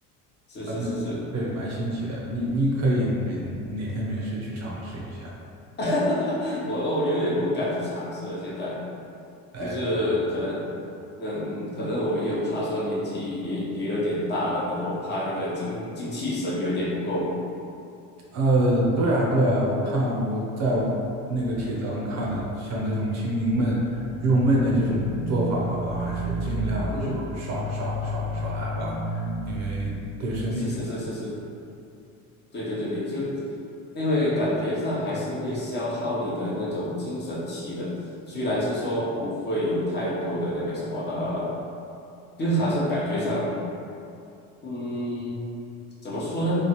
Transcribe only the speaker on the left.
是是是是，
<laughs> 我我有点不敢去尝试了，现在。
就是可能，嗯，可能我又怕说年纪也也有点大了，然后怕那个精精气神有点不够。
嗯，
是是是是是，对对对对，就因为感觉上还是会消耗你的那种精神气的，虽然是说不会有太多的那个什么，呃，就好像感觉上，嗯，怎么说呢？